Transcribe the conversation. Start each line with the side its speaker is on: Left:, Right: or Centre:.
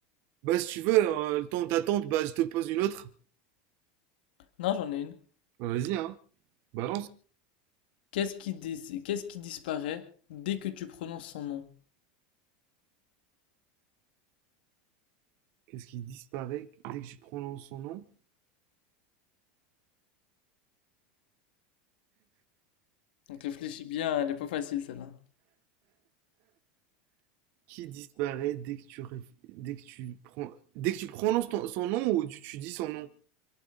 Right: Bah si tu veux, euh, le temps d'attente, bah je te pose une autre.
Left: Non, j'en ai une.
Right: Bah, Vas-y, hein, balance.
Left: Qu'est-ce qui, dis- qu'est-ce qui disparaît dès que tu prononces son nom?
Right: Qu'est-ce qui disparaît dès que tu prononces son nom?
Left: Donc réfléchis bien, elle est pas facile celle-là.
Right: Qui disparaît dès que tu, réf- dès que tu, pron- dès que tu prononces ton- son nom ou tu, tu dis son nom?